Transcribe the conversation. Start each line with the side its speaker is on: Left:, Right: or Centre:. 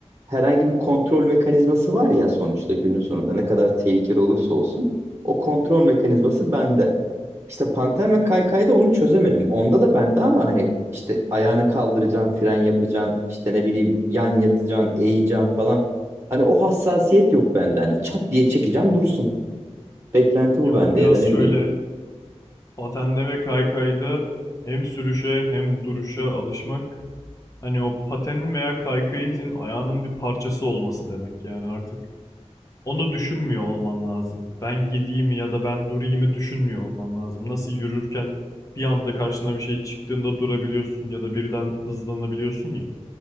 Right: herhangi bir kontrol mekanizması var ya sonuçta günün sonunda ne kadar tehlikeli olursa olsun o kontrol mekanizması bende. İşte Panter ve Kaykay'da onu çözemedim. Onda da bende ama hani işte ayağını kaldıracaksın, fren yapacaksın, işte ne bileyim yan yatacaksın, eğeceksin falan. Hani o hassasiyet yok bende. Hani çat diye çekeceğim dursun. Beklenti bu
Left: ya o
Right: bende
Left: biraz
Right: ya da ne
Left: şöyle
Right: bileyim.
Left: patenle ve kaykayda hem sürüşe hem duruşa alışmak. Hani o patenin veya kaykayın senin ayağının bir parçası olması demek yani artık. Onu düşünmüyor olman lazım. Ben gideyim ya da ben durayımı düşünmüyor olman lazım. Nasıl yürürken bir anda karşına bir şey çıktığında durabiliyorsun ya da birden hızlanabiliyorsun ya.